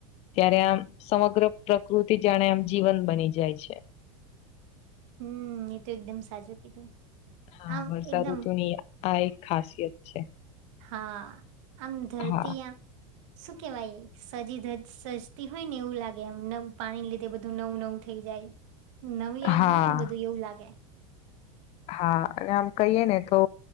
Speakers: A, on the left; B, on the right.
A: ત્યારે આમ સમગ્ર પ્રકૃતિ જાણે આમ જીવન બની જાય છે.
B: હમ એ તો એકદમ સાચું કીધું.
A: હા
B: આમ
A: વર્ષા
B: એકદમ
A: ઋતુની આ એક ખાસિયત છે.
B: હા આમ ધરતી
A: હા
B: આ શું કેવાય સજી સજતી હોય ને એવું લાગે એમ પાણી લીધે બધું નવું નવું થઈ જાય. નવી આઈ
A: હા
B: ગયું ને ને બધું એવું લાગે.
A: હા અને આમ કહીએ ને તો